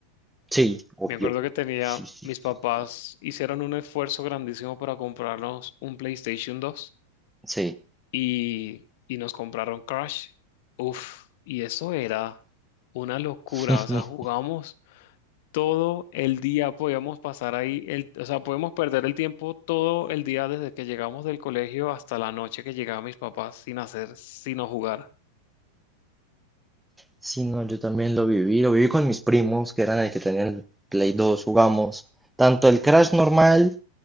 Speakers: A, in the centre; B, on the left.
A: Sí, obvio.
B: Me acuerdo que tenía,
A: Sí, sí,
B: mis
A: sí,
B: papás
A: sí.
B: hicieron un esfuerzo grandísimo para comprarnos un PlayStation dos
A: Sí.
B: y, y nos compraron Crash. Uf, y eso era una locura.
A: <laughs>
B: O sea, jugamos todo el día, podíamos pasar ahí, el, o sea, podíamos perder el tiempo todo el día desde que llegamos del colegio hasta la noche que llegaban mis papás sin hacer, sino jugar.
A: Sí, no, yo también lo viví, lo viví con mis primos, que eran el que tenían el Play 2, jugamos tanto el Crash normal,